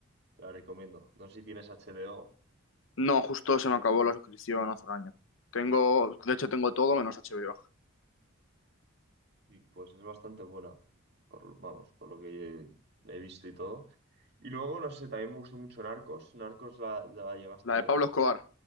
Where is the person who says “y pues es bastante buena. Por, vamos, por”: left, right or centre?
Right